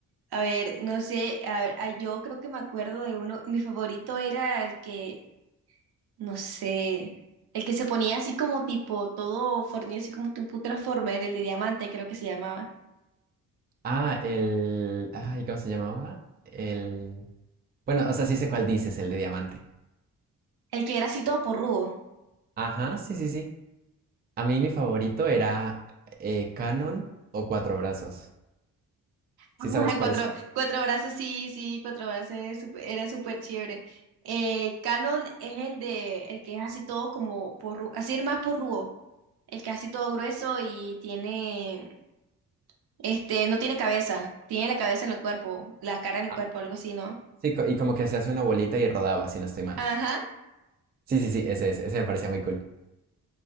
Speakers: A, on the right; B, on the right.
A: A ver, no sé, a ver, ah, yo creo que me acuerdo de uno, mi favorito era el que, no sé, el que se ponía así como tipo, todo fornido, así como tipo un Transformer, el de diamante creo que se llamaba.
B: Ah, el... Ay, ¿cómo se llamaba? El... Bueno, o sea, sí sé cuál dices, el de diamante.
A: El que era así todo porrudo.
B: Ajá, sí, sí, sí. A mí mi favorito era eh, Canon o Cuatro Brazos. ¿Sí
A: Ajá,
B: sabes cuáles
A: Cuatro,
B: son?
A: cuatro brazos, sí, sí, cuatro brazos era súper era súper chévere. Eh, Canon es el de el que es así todo como porru- así es más porrudo, el que es así todo grueso y tiene, este, no tiene cabeza, tiene la cabeza en el cuerpo, la cara en el
B: Ah,
A: cuerpo, algo así, ¿no?
B: sí, co- y como que se hace una bolita y rodaba, si no estoy mal.
A: Ajá,
B: Sí, sí, sí, ese es, ese me parecía muy cool.